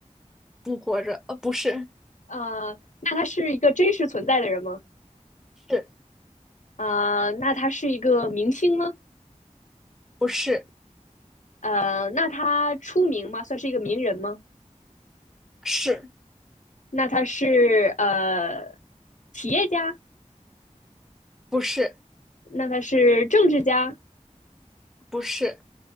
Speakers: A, in the centre; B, on the left.
A: 不活着，呃，不是，
B: 呃，那他是一个真实存在的人吗？
A: 是
B: 呃，那他是一个明星吗？
A: 不是
B: 呃，那他出名吗？算是一个名人吗？
A: 是
B: 那他是呃企业家？
A: 不是
B: 那他是政治家？
A: 不是